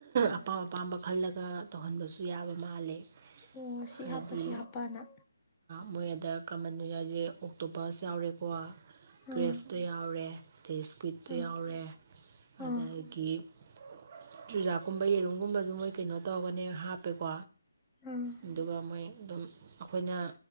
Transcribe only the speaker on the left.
ꯑꯣ ꯁꯤ
ꯍꯥꯞꯄ ꯁꯤ ꯍꯥꯞꯄꯅ
ꯑꯥ
ꯑꯥ
ꯑꯥ
ꯑꯥ